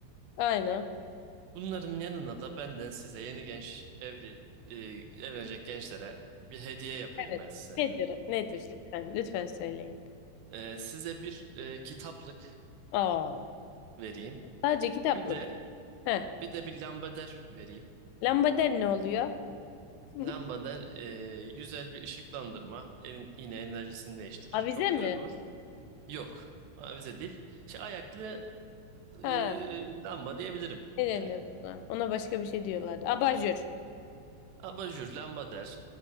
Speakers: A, on the left; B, on the right.
A: aynen.
B: Bunların yanına da benden size yeni genç evli e, evlenecek gençlere bir hediye yapayım
A: Evet.
B: ben size.
A: Nedir? Nedir? Lütfen, lütfen söyleyin.
B: E, size bir e, kitaplık
A: Aa,
B: vereyim.
A: sadece kitaplık.
B: Bir de
A: Heh.
B: bir de bir lambader vereyim.
A: Lambader ne oluyor? <laughs>
B: Lambader e, güzel bir ışıklandırma. Evin yine enerjisini değiştirir.
A: Avize
B: Çok güzel
A: mi?
B: olur. Yok. Avize değil. Şey ayaklı
A: Ha,
B: e, lamba diyebilirim
A: ne deniyor
B: yani.
A: ona? Ona başka bir şey diyorlar. Abajur.
B: Abajur lamba der